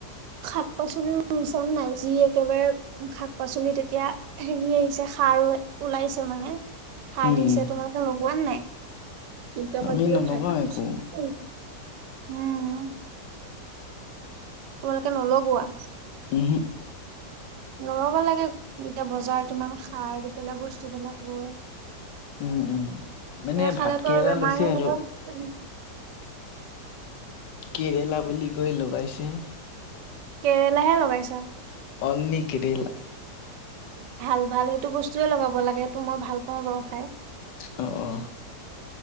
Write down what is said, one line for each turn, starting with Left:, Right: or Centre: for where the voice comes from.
Right: শাক - পাচলিও ৰুই চাম নাই, যি একেবাৰে শাক - পাচলি তেতিয়া হেৰি আহিছে সাৰ ওলাইছে মানে। সাৰ
Left: উম,
Right: দিছে তোমালোকে লগোৱা ন নাই? কেতিয়াবা
Left: আমি
Right: কিবা
Left: নলগাওঁ
Right: খাই পাইছোঁ
Left: একো
Right: উম। উম। তোমালোকে নলগোৱা?
Left: উহো।
Right: লগাব লাগে এতিয়া বজাৰত ইমান খাই আহি পেলাই বস্তুবিলাক লয়।
Left: উম, উম, মানে
Right: এ খালে
Left: ভাত কেৰেলা
Right: ত আৰু বেমাৰ
Left: লৈছে
Right: হে
Left: আৰু
Right: হব।
Left: কেৰেলা বুলি কৈ লগাইছে।
Right: কেৰেলাহে লগাইছা।
Left: অনলি কেৰেলা।
Right: ভাল ভাল সেইটো বস্তুয়ে লগাব লাগেটো, মই ভাল পাওঁ বাৰু খাই।
Left: অ অ।